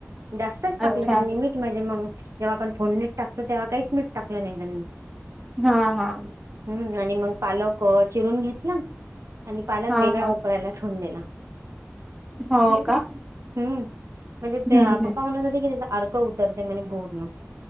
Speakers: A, on the right; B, in the centre.
A: जास्तच टाकलं
B: अच्छा
A: त्यांनी मीठ म्हणजे मग जेव्हा आपण फोडणीत टाकतो तेव्हा काहीच मीठ टाकलं नाही त्यांनी
B: हा हा.
A: हम्म आणि मग पालक चिरून घेतला आणि पालक
B: हा
A: वेगळा
B: हा
A: उकळायला ठेवून दिला.
B: हो का.
A: हम्म, म्हणजे त्या
B: हम्म
A: पप्पा म्हणत होते की त्याचा अर्क उतरते म्हणे बोर मग